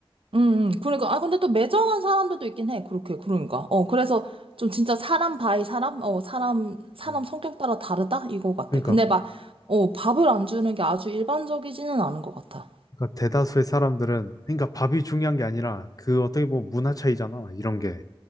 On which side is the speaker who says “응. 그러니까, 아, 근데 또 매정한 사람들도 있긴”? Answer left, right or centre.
Right